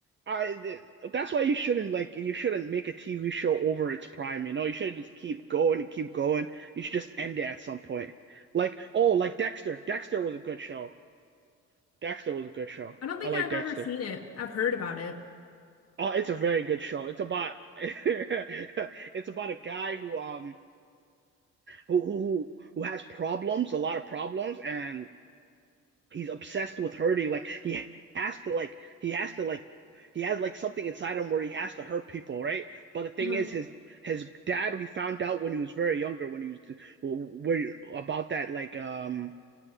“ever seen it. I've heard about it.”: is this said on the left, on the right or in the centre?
Left